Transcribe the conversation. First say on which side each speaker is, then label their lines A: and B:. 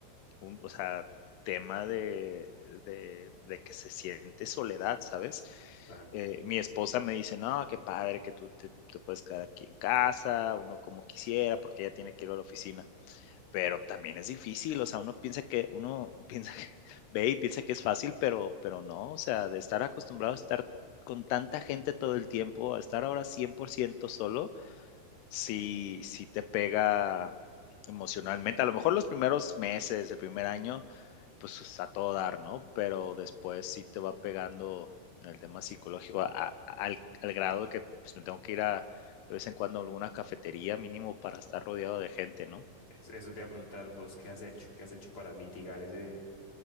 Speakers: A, on the left; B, on the left.
A: un, o sea, tema de, de, de que se siente soledad, ¿sabes?
B: claro.
A: eh, mi esposa me dice, no, qué padre que tú te, te puedes quedar aquí en casa, uno como quisiera, porque ella tiene que ir a la oficina, pero también es difícil, o sea, uno piensa que, uno <laughs> piensa que, ve y piensa que es fácil, pero, pero no, o sea, de estar acostumbrado a estar con tanta gente todo el tiempo, a estar ahora 100% solo, sí, sí te pega emocionalmente, a lo mejor los primeros meses, el primer año, pues, a todo dar, ¿no? Pero después sí te va pegando en el tema psicológico a a- al al grado de que, pues, me tengo que ir a de vez en cuando a alguna cafetería mínimo para estar rodeado de gente, ¿no?
B: Es- Eso te iba a preguntar, vos, ¿qué has hecho? ¿Qué has hecho para mitigar ese,